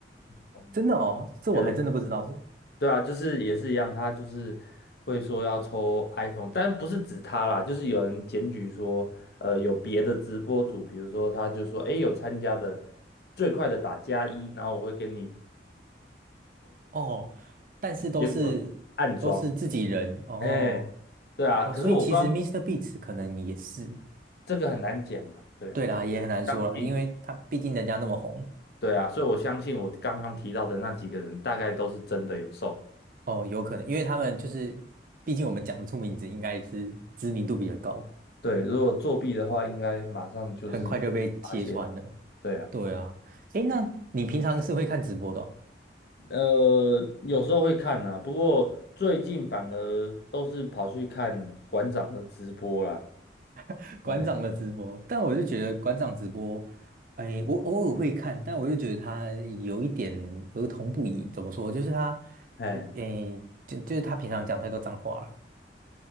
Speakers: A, on the left (about 60°); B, on the right (about 50°).
A: 哦，
B: 真的哦，这我还真的不知道是
A: 绝对对啊，就是也是一样，他就是会说要抽 iPhone，但不是指他啦，就是有人检举说，呃，有别的直播主，比如说他就说，哎，有参加的最快的打加一，然后我会给你，
B: 哦，但是都是都是自己人哦
A: 结果暗装，哎，对啊，
B: 哦，
A: 可是我不知道
B: 所以其实 Mr. Beats 可能也是，
A: 这个很难讲啊，对啊，
B: 对啦，
A: 但是我相信，
B: 也很难说啦，因为他毕竟人家那么红。
A: 对啊，所以我相信我刚刚提到的那几个人大概都是真的有送，
B: 哦，有可能，因为他们就是，毕竟我们讲得出名字，应该是知名度比较高，
A: 对，如果作弊的话，应该马上就是会被发现，
B: 很快就被揭穿了。
A: 对啊。
B: 对啊，诶，那你平常是会看直播的哦，
A: 呃，有时候会看啦，不过最近反而都是跑去看馆长的直播啦。
B: <laughs> 馆长的直播，
A: 嗯
B: 但我就觉得馆长直播，哎，我偶尔会看，但我就觉得他有一点儿童不宜，怎么说？就是他，
A: <laughs>，哎，
B: 哎，就就是他平常讲太多脏话了，